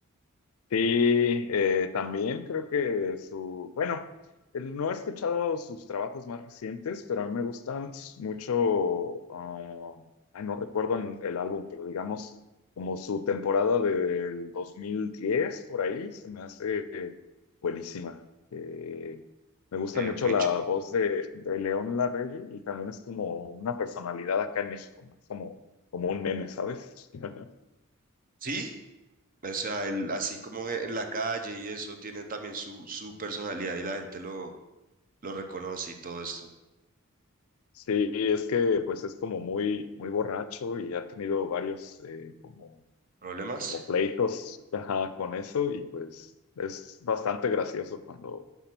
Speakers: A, on the left; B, on the right.
A: Sí, eh, también creo que su, bueno, eh, no he escuchado sus trabajos más recientes, pero a mí me gustan s- mucho, ah, ay, no recuerdo en- el álbum, pero digamos como su temporada del 2010 por ahí, se me hace eh, buenísima. Eh, me
B: Ok,
A: gusta mucho
B: ok.
A: la
B: yo-
A: voz de, de León Larregui y también es como una personalidad acá en México, más como, como un meme, ¿sabes? <laughs>
B: sí, o sea, él, así como en, en la calle y eso, tiene también su, su personalidad y la gente lo, lo reconoce y todo esto.
A: Sí, es que pues es como muy, muy borracho y ha tenido varios eh, como,
B: ¿Problemas?
A: como pleitos ajá, con eso y pues es bastante gracioso cuando,